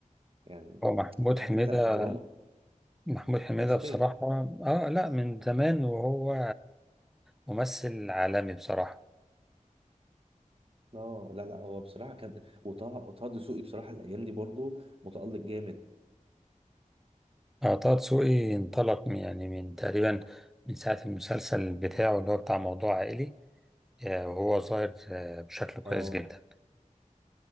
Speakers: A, on the right; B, in the centre.
A: يعني
B: هو محمود
A: عارف
B: حميدة
A: انت دراما
B: محمود حميدة
A: استاذ
B: بصراحة اه لا من زمان وهو ممثل عالمي بصراحة
A: اه لا لا هو بصراحه كان وطه وطه دسوقي بصراحه الايام دي برضه متالق جامد
B: اه طه دسوقي انطلق من- يعني من تقريبا من ساعة المسلسل بتاعه اللي هو بتاع موضوع عائلي آه، وهو ظاهر آه، بشكل كويس
A: اه
B: جدا